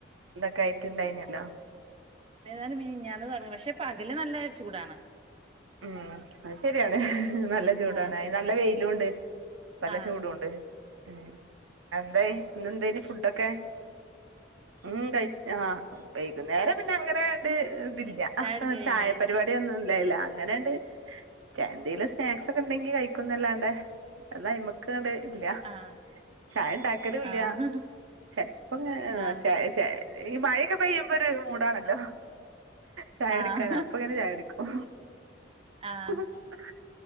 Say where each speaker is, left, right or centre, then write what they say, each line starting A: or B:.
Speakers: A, on the right (about 85°); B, on the right (about 30°).
A: ഇന്തൊക്കെ ആയിട്ട് ഇണ്ടായിർന്നല്ലോ
B: ഏതായാലും മീനിഞാന്ന് തുട <unintelligible> പക്ഷെ പകല് നല്ല ചൂടാണ്
A: ഉം അത് ശരിയാണ് നല്ല ചൂടാണ്
B: ആഹ്
A: അയിന് നല്ല വെ യിലുണ്ട് നല്ല
B: ആഹ്
A: ചൂടു ഉണ്ട് ഉം എന്തായി ഇന്നെന്തേനി ഫുഡൊക്കെ ഉം കഴിച് ആ വൈകുന്നേരം പിന്നെ അങ്ങനെണ്ട് ഇതില്ല
B: ചായ കുടിക്കലില്ലേ
A: ചായപരിപാടി ഒന്നും ഹേയ്ല്ലാ അങ്ങനെണ്ട് ചെ എന്തേലും സ്നാക്സ് ഒക്കെ ഉണ്ടെങ്കി കഴിക്കുന്നല്ലാണ്ടെ അതയ്മക്കണ്ട് ഇല്ല
B: ആഹ്
A: ചായ ഇണ്ടാക്കലുല്ല്യാ
B: ആഹ്
A: ചെൽപ്പോ ങ്ങ
B: ആഹ്
A: ചായ ചായ ഈ മഴയൊക്കെ പെയ്യുമ്പൊ ഒരു മൂടാണല്ലോ ചായ
B: ആഹ്
A: എടുക്കാനാ അപ്പ ങ്ങനെ ചായ എടുക്കും
B: ആഹ്
A: <unintelligible>